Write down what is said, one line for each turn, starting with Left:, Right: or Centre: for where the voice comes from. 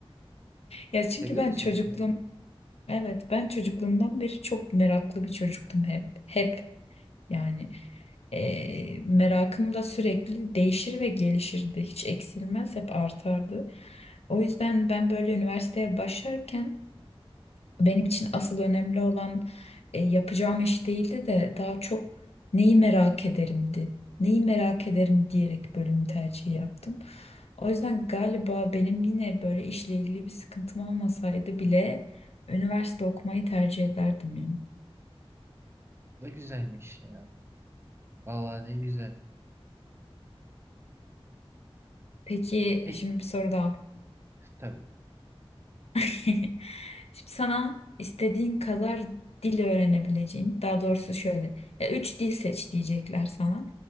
Left: Ya
Right: Seviyor
Left: çünkü ben
Right: musun
Left: çocukluğum
Right: okumayı?
Left: Evet, ben çocukluğumdan beri çok meraklı bir çocuktum hep. Hep yani eee, merakım da sürekli değişir ve gelişirdi. Hiç eksilmez, hep artardı. O yüzden ben böyle üniversiteye başlarken benim için asıl önemli olan e, yapacağım iş değildi de daha çok neyi merak ederimdi. Neyi merak ederim diyerek bölüm tercihi yaptım. O yüzden galiba benim yine böyle işle ilgili bir sıkıntım olmasaydı bile üniversite okumayı tercih ederdim yani.
Right: Ne güzelmiş ya. Vallahi ne güzel.
Left: Peki
Right: Pek
Left: şimdi bir soru daha.
Right: tabii.
Left: <laughs> Şimdi sana istediğin kadar dil öğrenebileceğin, daha doğrusu şöyle, ya üç dil seç diyecekler sana.